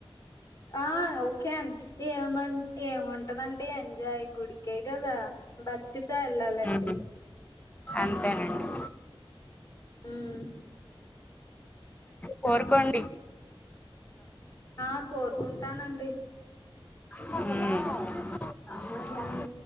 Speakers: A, on the left; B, on the left.
A: ఆ ఓకే అండి ఏమ ఏముంటదండి ఎంజాయ్ గుడికే గదా భక్తితో ఎళ్ళాలండి
B: మ్మ్ అంతేనండి
A: ఉమ్
B: కోరుకోండి
A: ఆ కోరుకుంటానండి
B: ఉమ్
A: ఉమ్